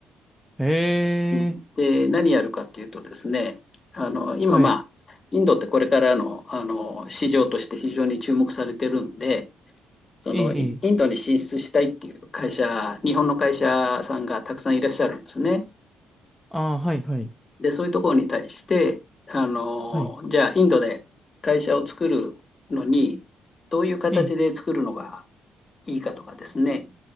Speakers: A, in the centre; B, on the left (about 35°).
A: あ。へえ。
B: うん、で、何やるかっていうとですね、あの、今まあ、
A: はい。
B: インドってこれからの、あの市場として非常に注目されてるんで、そのインドに進出したいっていう会社、
A: ええ。ええ
B: 日本の会社さんがたくさんいらっしゃるんですね。
A: ああ、はい、はい。
B: で、そういうところに対して、あの、
A: はい。
B: じゃあインドで会社を作るのに、どういう形で作るのが
A: ええ。
B: いいかとかですね、